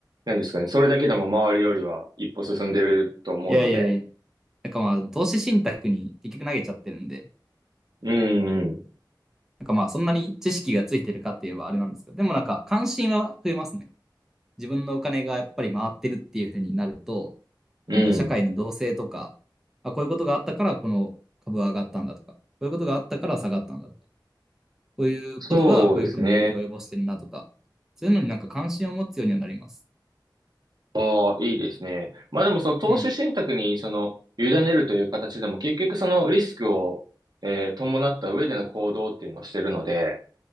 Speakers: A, on the right; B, in the centre.
A: 何ですかね。それだけでも周りよりは一歩進んでると思うので。
B: いやいやいや。なんかまあ、でも投資信託に結局投げちゃってるんで、
A: うん、うん、
B: なんかまあ、そんなに知識がついてるかって言えばあれなんですけど、でもなんか関心は増えますね。自分のお金がやっぱり回ってるっていうふうになると、
A: うん。
B: なんだ、社会の動静とか、あ、こういうことがあったからこの株は上がったんだとか、こういうことがあったから下がったんだとか、こういうことがこういうふうに影響を及ぼしてるなとか、
A: そうですね。
B: そういうのになんか関心を持つようにはなります。
A: ああ、いいですね。まあでもその投資信託にその、
B: うん。
A: 委ねるという形でも結局そのリスクを、えー伴った上での行動っていうのをしてるので、